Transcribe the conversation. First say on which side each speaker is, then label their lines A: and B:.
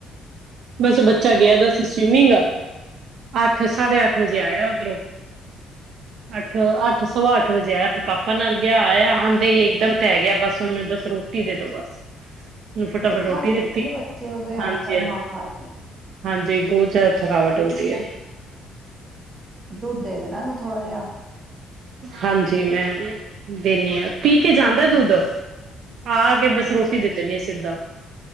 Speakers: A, on the right; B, on the right.
A: ਬਸ ਬੱਚਾ ਗਿਆ ਦਾ ਸੀ ਸਵੀਮਿੰਗ, ਅੱਠ ਸਾਢੇ ਅੱਠ ਵਜੇ ਆਇਆ ਉਧਰੋਂ, ਅੱਠ-ਅੱਠ ਸਵਾ ਅੱਠ ਵਜੇ ਆਇਆ ਪਾਪਾ ਨਾਲ ਗਿਆ ਆਇਆ ਆਦੇ ਹੀ ਇੱਕਦਮ ਠਹਿ ਗਿਆ ਬਸ ਉਹਨੂੰ ਬਸ ਰੋਟੀ ਦੇ ਦੋ ਬਸ। ਉਹਨੂੰ ਫਟਾਫਟ
B: ਉਹ
A: ਰੋਟੀ
B: ਥੱਲ ਦਿੰਦੇ
A: ਦਿੱਤੀ
B: ਨੇ ਬੱਚੇ ਉਹਦੇ ਹੱਥ
A: ਹਾਂਜੀ
B: ਪੈਰ
A: ਹਾਂ
B: ਮਾਰ-ਮਾਰ, ਕਿਆ।
A: ਹਾਂਜੀ ਬਹੁਤ ਜ਼ਿਆਦਾ ਥਕਾਵਟ ਹੁੰਦੀ ਹੈ।
B: ਦੁੱਧ ਦੇ ਦੋ ਨਾਂ ਇਹਨੂੰ ਥੋੜ੍ਹਾ ਜਿਹਾ।
A: ਹਾਂਜੀ ਮੈਂ ਦਿੰਨੀ ਹਾਂ। ਪੀ ਕੇ ਜਾਂਦਾ
B: ਹਾਂ
A: ਦੁੱਧ, ਆ ਕੇ ਬਸ
B: ਅੱਛਾ
A: ਰੋਟੀ ਦੇ
B: ਅੱਛਾ
A: ਦਿੰਣੀ ਆ ਸਿੱਧਾਂ।